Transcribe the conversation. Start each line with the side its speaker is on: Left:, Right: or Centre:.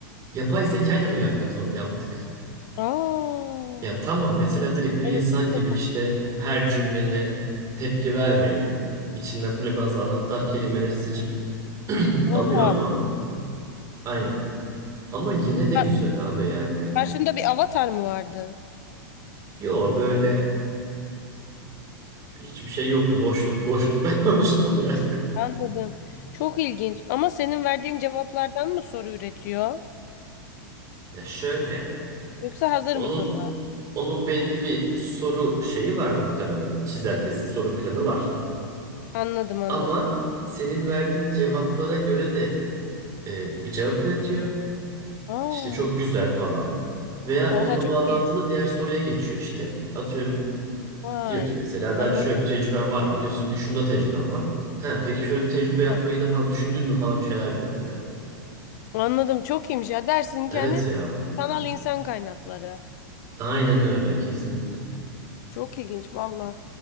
Right: Yapay zeka ile mülakatı yaptık.
Left: Aa.
Right: Ya tamam mesela direkt bir
Left: Evet.
Right: insan gibi
Left: çok-
Right: işte her cümlene tepki vermiyor. İçinden böyle bazı anahtar kelimeleri seçip alıyor
Left: Oha.
Right: ama aynen. Ama yine de
Left: Ka-
Right: güzel abi yani.
Left: Karşında bir avatar mı vardı?
Right: Yo böyle hiçbir şey yoktu. Boşluk boşluk <laughs> ben konuştum yani.
Left: Anladım. Çok ilginç. Ama senin verdiğin cevaplardan mı soru üretiyor?
Right: Ya şöyle
Left: Yoksa hazır
Right: onun
Left: mı sorular?
Right: onun belli bir soru şeyi var muhtemelen. Çizelgesi, soru planı var.
Left: Anladım anladım.
Right: Ama senin verdiğin cevaplara göre de e, bir cevap üretiyor.
Left: Aa,
Right: İşte çok güzel falan. Veya
Left: oha
Right: onunla
Left: çok
Right: bağlantılı
Left: iyi.
Right: diğer soruya geçiyor işte. Atıyorum
Left: Vay.
Right: diyor ki mesela daha
Left: Anladım.
Right: önce şöyle bir tecrüben var mı? Diyorsun ki şunda tecrüben var. Ha, peki şöyle bir tecrübe yapmayı
Left: Evet.
Right: da falan düşündün mü falan bir şeyler diyor mesela.
Left: Anladım çok iyiymiş ya. Dersin
Right: Evet
Left: ki hani
Right: ya.
Left: sanal insan kaynakları.
Right: Aynen öyle kesinlikle.
Left: Çok ilginç valla.